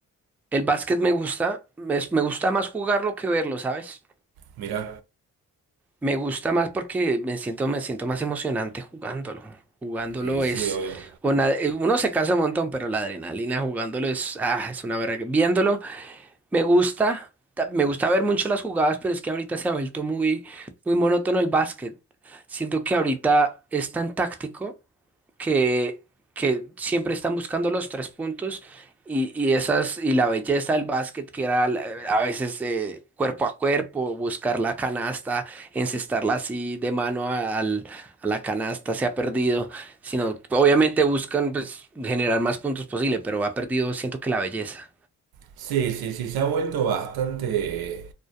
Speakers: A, in the centre; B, on the right (about 70°).
A: el básquet me gusta, me, me gusta más jugarlo que verlo, ¿sabes?
B: Mirá.
A: Me gusta más porque me siento, me siento más emocionante jugándolo. Jugándolo
B: Y sí,
A: es,
B: obvio.
A: una- eh, uno se cansa un montón, pero la adrenalina jugándolo es, ah, es una verga. Viéndolo, Me gusta, ta- me gusta ver mucho las jugadas, pero es que ahorita se ha vuelto muy, muy monótono el básquet. Siento que ahorita es tan táctico que, que siempre están buscando los tres puntos y, y esas y la belleza del básquet que era la- a veces eh, cuerpo a cuerpo, buscar la canasta, encestarla así de mano a, al- a la canasta se ha perdido, sino obviamente buscan pues, generar más puntos posible, pero ha perdido siento que la belleza.
B: Sí, sí, sí, se ha vuelto bastante...